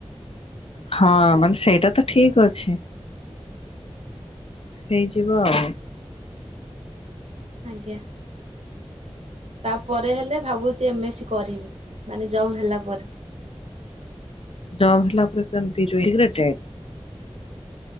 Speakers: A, on the left; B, on the right.
A: ହଁ ମାନେ ସେଇଟା ତ ଠିକ୍ ଅଛି। ହେଇଯିବ ଆଉ।
B: ଆଜ୍ଞା। ତାପରେ ହେଲେ ଭାବୁଛି ଏମଏସ୍ ସି କରିବି ମାନେ ଜବ ହେଲା ପରେ।
A: ଜବ ହେଲା ପରେ କେମିତି। <unintelligible>